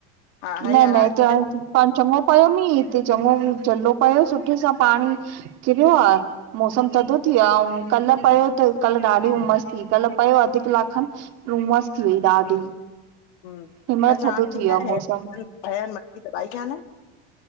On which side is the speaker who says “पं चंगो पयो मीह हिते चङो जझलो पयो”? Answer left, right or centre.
Right